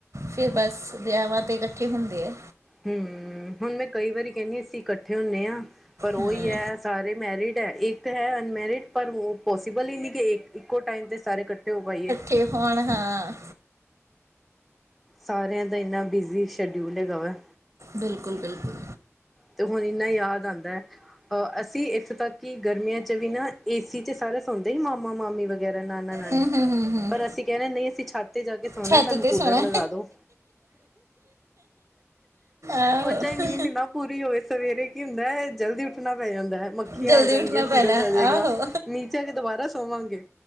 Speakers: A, on the right; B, in the centre.
A: ਫਿਰ ਬਸ ਵਿਹਆਵਾਂ ਤੇ ਇਕੱਠੇ ਹੁੰਦੇ ਆ।
B: ਹੂੰ ਹੁਣ ਮੈਂ ਕਈ ਵਾਰੀ ਕੈਣੀ ਆ ਅਸੀ ਇੱਕ ਠੇ ਹੁਣੇ ਆਾਂ ਪਰ ਓਈ
A: ਹਾਂ
B: ਐ ਸਾਰੇ ਮੈਰਿਡ ਐ ਏਕ ਹੈ ਅਨਮੈਰਿਡ ਪਰ ਓ ਪੋਸੀਬਲ ਈ ਨੀ ਕਿ ਇੱਕ ਇੱਕੋ ਟਾਈਮ ਤੇ ਸਾਰੇ ਕੱਠੇ ਹੋ ਪਾਈਏ।
A: ਕੇ ਹੋਣ ਹਾਂ
B: ਸਾਰੇਆਂ ਦਾ ਏਨਾ ਬਿਜ਼ੀ ਸ਼ਐਡਿਊਲ ਹੈਗਾ ਵੈ।
A: ਬਿਲਕੁਲ-ਬਿਲਕੁਲ।
B: ਤੇ ਹੁਣ ਏਨਾ ਯਾਦ ਆਂਦਾ। ਅ ਅਸੀਂ ਇੱਥੋਂ ਤੱਕ ਕਿ ਗਰਮੀਆਂ ਚ ਵੀ ਨਾ ਏ ਸੀ ਚ ਸਾਰੇ ਸੌਂਦੇ ਹੀ ਮਾਮਾ-ਮਾਮੀ ਵਗੈ ਵੈਰਾ ਨਾਨਾ-ਨਾਨੀ
A: ਹੂੰ ਹੂੰ ਹੂੰ ਹੂੰ
B: ਪਰ ਅਸੀਂ ਕਹਿਣੇ ਨਈ ਅਸੀਂ ਛੱਤ ਤੇ ਜਾ ਕੇ ਸੋਣਾ
A: ਛੱਤ
B: ਸਾਨੂੰ
A: ਤੇ
B: ਕੂਲਰ
A: ਸੋਣਾ
B: ਲਗਾ ਦੋ।
A: ਆਹੋ
B: ਓ ਚਾਏ ਨੀਂਦ ਨਾ ਪੂਰੀ ਹੋਏ ਸਵੇਰੇ ਕੀ ਹੁੰਦਾ ਜਲਦੀ ਉੱਠਣਾ ਪੈ ਜਾਂਦਾ। ਮਖੀਆਂ
A: ਜਲਦੀ
B: ਆ ਜਾਣਗੀਆਂ
A: ਉੱਠਣਾ ਪੈਣਾ
B: ਸੂਰਜ ਆ ਜੇਗਾ
A: ਆਹੋ
B: ਨੀਚੇ ਆ ਕੇ ਦੋਬਾਰਾ ਸੋਵਾਂਗੇ।